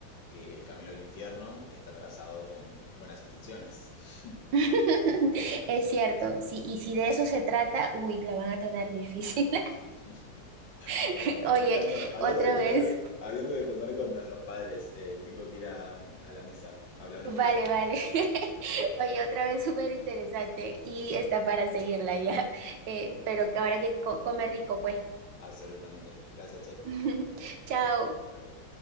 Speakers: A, on the left; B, on the right.
A: que el camino al infierno está trazado con buenas intenciones, <laughs>
B: <laughs>
A: ¿verdad?
B: Es cierto, sí, y si de eso se trata, uy, la van a tener difícil.
A: <laughs>
B: <laughs>
A: Bueno,
B: Oye,
A: hablando, hablando
B: otra
A: de comer,
B: vez,
A: hablando de comer con nuestros padres, eh, tengo que ir a, a la mesa a hablar de
B: vale,
A: política.
B: vale. <laughs> Oye, otra vez súper interesante y está para seguirla ya, Eh, pero que ahora que co- come rico, pues.
A: Absolutamente. Gracias, Che.
B: <laughs> Chao.
A: Hasta luego.